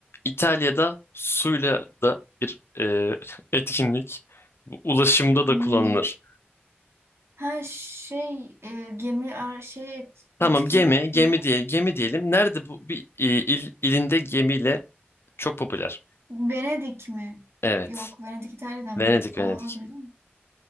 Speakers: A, on the left (about 70°); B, on the right (about 80°).
A: İtalya'da suyla da bir e, <laughs> etkinlik. Bu Ulaşımda
B: Hmm,
A: da kullanılır.
B: Ha şey e, gemi ara şey et-
A: Tamam
B: etkinlik
A: gemi, gemi
B: mi?
A: diye gemi diyelim. Nerede bu bir e, il, ilinde gemiyle çok popüler.
B: Venedik mi?
A: Evet.
B: Yok, Venedik İtalya'dan
A: Venedik,
B: mı?
A: Venedik.
B: Oha bildim.